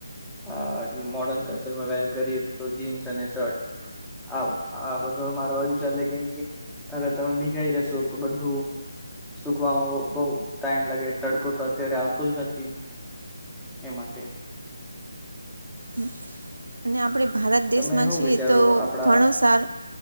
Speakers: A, in the centre; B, on the right.
A: આ મોર્ડન કલ્ચરમાં વેર કરીએ તો જીન્સ અને શર્ટ આવ આ બધો અમારા બાજુ ચાલે કેમ કે અગર તમે ભીગાઈ જશો તો બધું સુકવામાં બહુ ટાઈમ લાગે. તડકો તો અત્યારે આવતો જ નથી. એ માટે.
B: હમ અને આપણે ભારત
A: તમે
B: દેશમાં
A: શું
B: છીએ
A: વિચારો
B: તો
A: આપડા
B: ઘણો સાર